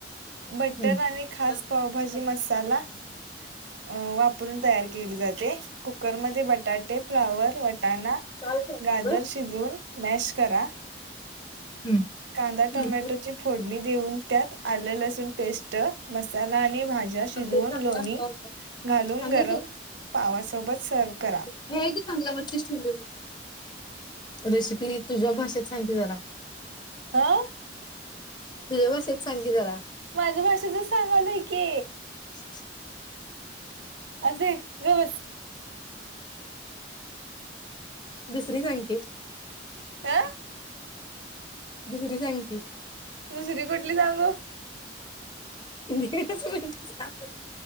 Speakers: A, on the right; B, on the left.
A: बटर
B: हम्म.
A: आणि खास
B: बस काय
A: पावभाजी
B: करतात?
A: मस साला अ वापरून तयार केली जाते. कुकरमध्ये बटाटे, फ्लावर, वटाणा
B: चाल खायचं.
A: गाजर शिजवून मॅश करा.
B: हम्म.
A: कांदा टोमॅटो
B: हम्म.
A: ची फोडणी देऊन त्यात आलं लसूण पेस्ट मसाला आणि भा ज्या शिजवून,
B: अगदी चांगला
A: लोणी
B: आंबा होता
A: घालून,
B: चांगलीच
A: गरम
B: आहे
A: पावासोबत सर्व करा.
B: नाही आहे की चांगला वरतीच ठिवलोय बघ. रेसिपी तुझ्या भाषेत सांगकी जरा.
A: ह
B: तुझ्या भाषेत सांकी जरा.
A: माझ्या भाषेतच सांगालोय की.
B: शीच शीच.
A: अजय ग बस.
B: दुसरी सांग की.
A: आं
B: दुसरी सांग की.
A: दुसरी कुठली सांगु?
B: दीडच मिनिटाच